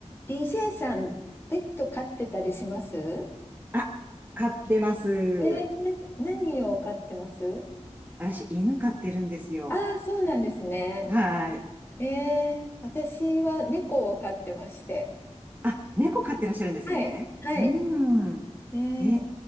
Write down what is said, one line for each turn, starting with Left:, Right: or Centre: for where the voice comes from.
Left: DJ さん、ペット飼ってたりしますえ
Right: あ、飼ってます。
Left: ー、何を飼ってます
Right: 私、犬飼ってるんですよ。
Left: ああー、そうなんですね。
Right: はい。
Left: えー、私は猫を飼ってまして。
Right: あ、猫飼ってらっしゃるんですね。
Left: はい、はい。
Right: うん。
Left: えー、
Right: えー、